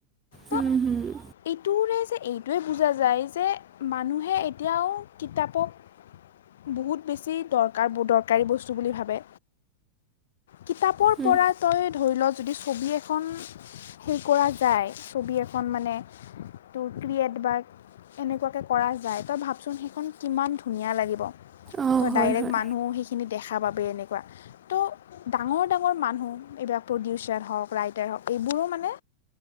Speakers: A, on the left; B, on the right.
A: ত
B: উম হুম।
A: এইটোৰে যে এইটোৱে বুজা যায় যে মানুহে এতিয়াও কিতাপক বহুত বেছি দৰকাৰ দৰকাৰী বস্তু বুলি ভাবে কিতাপৰ
B: উম,
A: পৰা তই ধৰি ল যদি ছবি এখন হেৰি কৰা যায় ছবি এখন মানে তোৰ ক্ৰিয়েট বা এনেকুৱাকে কৰা যায় তই ভাবচোন সেইখন কিমান ধুনীয়া লাগিব ত
B: অ' হয়
A: ডাইৰেক্ট
B: হয়।
A: মানুহ সেইখিনি দেখা পাব এনেকে ত' ডাঙৰ ডাঙৰ মানুহ এইবিলাক প্ৰডিউচাৰ হওক ৰাইটাৰ হওক এইবোৰো মানে